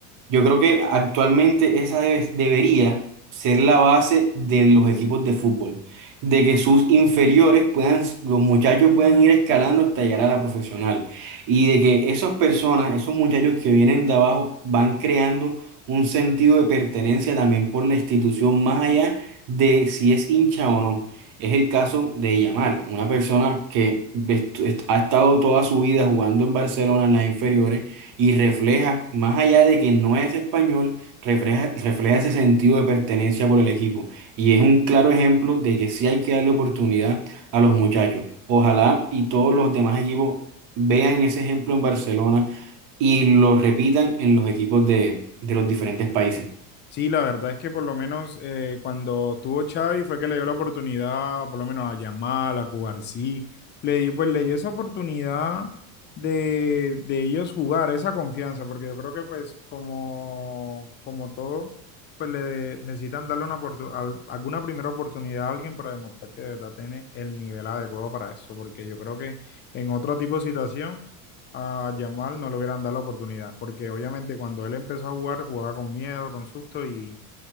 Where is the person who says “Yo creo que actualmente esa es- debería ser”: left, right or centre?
Right